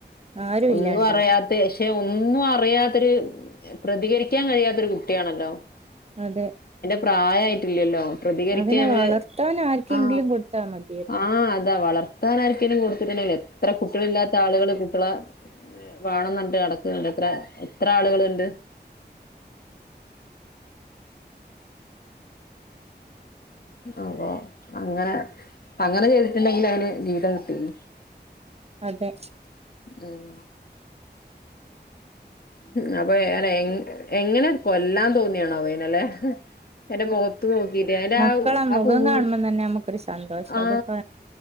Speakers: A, on the right; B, on the left.
A: ആരും
B: ഒന്നും
A: ഇല്ലാണ്ടാവും
B: അറിയാത്തെ യെ ഒന്നും അ റിയാത്തൊരു പ്രതികരിക്കാൻ കഴിയാത്തൊരു കുട്ടിയാണല്ലോ
A: അതെ
B: പ്രായആയിട്ടില്ലല്ലോ പ്രതികരിക്കാ
A: അതിനെ
B: നമ്മള്
A: വളർത്താൻ ആർക്കെങ്കിലും
B: ആ
A: കൊടുത്താ മതിയായിരുന്നു
B: ആ അതാ വളർത്താനാർക്കെങ്കിലും കൊടുത്തിട്ടുണ്ടെങ്കി എത്ര കുട്ടികള ഇില്ലാത്ത ആളുകൾ കുട്ടികള വേണെന്ന് പറഞ്ഞിട്ട് അടക്കുന്നുണ്ടത്രെ എത്ര ആളുകളുണ്ട് അപ്പൊ അങ്ങനെ അങ്ങനെ ചെയ്തിട്ടുണ്ടെങ്കിൽ അതിന് ജീവിതം കിട്ടീന്
A: അതെ
B: മ് മ് അട് അപ്പൊ എങ്ങനെ എങ്ങനെ കൊല്ലാം തോന്നിയാണാവെ ല്ലല്ലേ അയിന്റെ മുഖത്ത് നോക്കിട്ട് അയിന്റെ
A: മക്കളെ
B: ആ
A: മുഖം
B: പുഞ്ച,,
A: കാണുമ്പോ തന്നെ നമുക്കൊരു സന്തോഷം
B: ആ
A: അതിപ്പോ